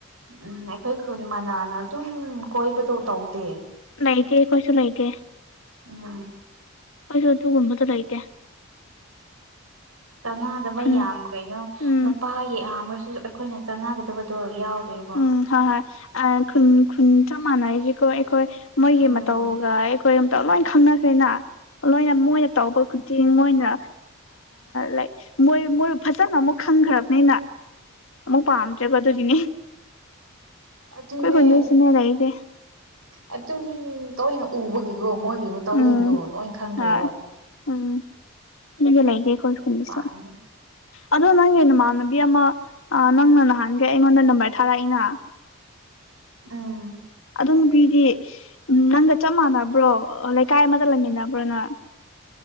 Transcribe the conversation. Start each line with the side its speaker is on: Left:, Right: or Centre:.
Right: ꯎꯝ ꯑꯩꯈꯣꯏ ꯈꯨꯟ ꯃꯅꯥꯅ ꯇꯨꯝ ꯀꯣꯏꯕꯗꯣ ꯇꯧꯗꯦ
Left: ꯂꯥꯏꯇꯦꯌꯦ ꯀꯣꯏꯁꯨ ꯂꯥꯏꯇꯦ
Right: ꯎꯝ
Left: ꯍꯣꯏꯁꯨ ꯑꯗꯨ ꯒꯟꯃꯗ ꯂ ꯂꯩꯥꯏꯗꯦ
Right: ꯆꯅꯗꯕ
Left: ꯈꯨꯟ
Right: ꯌꯥꯝ ꯀꯩꯅꯣ
Left: ꯎꯝ
Right: ꯅꯨꯄꯥꯒꯤ ꯑꯔꯁꯨ ꯑꯩꯈꯣꯏꯅ ꯆꯥꯟꯅꯒꯗꯕꯗꯣ ꯌꯥꯎꯗꯦꯕ
Left: ꯎꯝ ꯍꯣꯏ ꯍꯣꯏ ꯈꯨꯟ ꯈꯨꯟ ꯆꯞ ꯃꯥꯟꯅꯔꯤꯁꯤꯀꯣ ꯑꯩꯈꯣꯏ ꯃꯣꯏꯒꯤ
Right: ꯎꯝ
Left: ꯃꯇꯧꯒ ꯇꯧ ꯂꯣꯏ ꯈꯪꯅꯈꯦꯅ ꯂꯣꯏꯅ ꯃꯣꯏꯅ ꯇꯧꯕ ꯈꯨꯗꯤꯡ ꯃꯣꯏꯅ ꯂꯥꯏꯛ ꯃꯣꯏ ꯃꯣꯏ ꯐꯖꯅ ꯑꯃꯨꯛ ꯈꯪꯈ꯭ꯔꯕꯅꯤꯅ ꯑꯃꯨ ꯄꯥꯝ ꯆꯦꯕ ꯑꯗꯨꯗꯅꯤ
Right: ꯑꯗꯨ ꯑꯗꯨꯅꯦ
Left: ꯈꯨꯟꯗꯁꯨꯅꯦ ꯂꯩꯇꯦ
Right: ꯑꯗꯨꯝ ꯇꯅ ꯎꯕꯒꯤꯀꯣ ꯃꯣꯏꯒꯤ ꯃꯇꯧꯁꯤꯡꯗꯣ
Left: ꯎꯝ
Right: ꯂꯣꯏꯅ ꯈꯪꯈ꯭ꯔꯦꯕ
Left: ꯍꯣꯏ ꯎꯝ ꯏꯒ ꯂꯩꯒꯦ ꯀꯣ ꯐꯕꯁꯣ
Right: ꯄꯥꯝꯗ꯭ꯔꯦ
Left: ꯑꯗꯣ ꯅꯪꯒꯤ ꯅꯃꯥꯟꯅꯕꯤ ꯑꯃ ꯅꯪꯅ ꯅꯍꯥꯟꯒ ꯑꯩꯉꯣꯟꯗ ꯅꯝꯕꯔ ꯊꯥꯔꯛꯏꯅ
Right: ꯎꯝ
Left: ꯑꯗꯨ ꯅꯨꯄꯤꯗꯤ ꯅꯪꯒ ꯆꯞ ꯃꯥꯟꯅꯕ꯭ꯔꯣ ꯂꯩꯀꯥꯏ ꯑꯃꯒ ꯂꯩꯃꯤꯟꯅꯕ꯭ꯔꯣꯅ